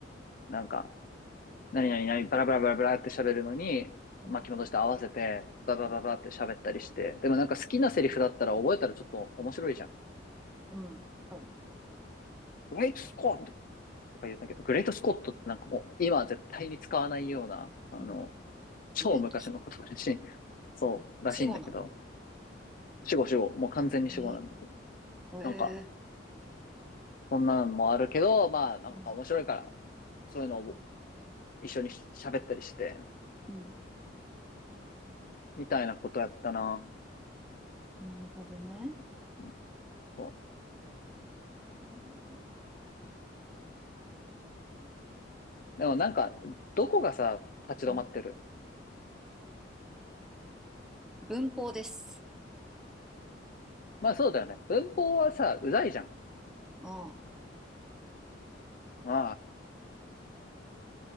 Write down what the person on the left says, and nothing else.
なんか、何々何、バラバラバラバラって喋るのに、
巻き戻して合わせて、ババババって喋ったりして、
でもなんか好きなセリフだったら覚えたらちょっと面白いじゃん。
グレートスコットとか言ったけど、グレートスコットってなんかもう今は絶対に使わないような、あの、
超昔のことだし
そう、らしいんだけど。
死後死後。もう完全に死後なんだけど。
なんか、そんなんもあるけど、まあ、なんか面白いから、
そういうのを一緒に喋ったりして、
みたいなことやったな。
うんそ
う。でもなんか、どこがさ、立ち止まってる
まあそうだよね。文法はさ、うざいじゃん。
ま